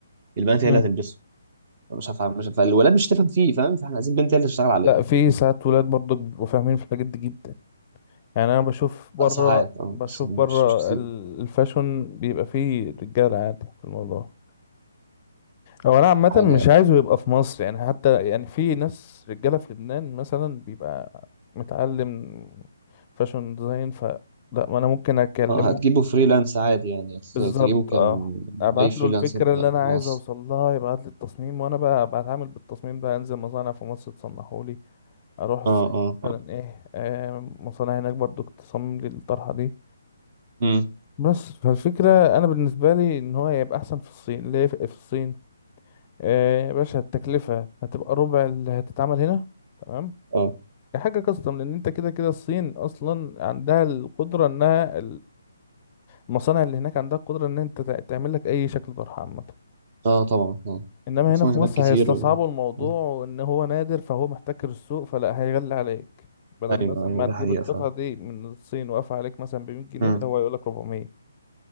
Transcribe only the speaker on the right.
البنات
هي اللي هتلبسه مش هفهم مش هفهم الولاد مش هتفهم فيه فاهم فاحنا عايزين بنت هي اللي تشتغل عليه
آه، ساعات اه
بس مش
مش كتير
حاجه يعني.
اه هتجيبه فريلانس عادي يعني هت-
تجيبه كم
اي فريلانس
مصر
اه اه
اه
مم.
اه
اه طبعا اه
بس
هناك
كتير
و...
آه.
ايوه
ايوه
ده
حقيقة
فعلا
مم.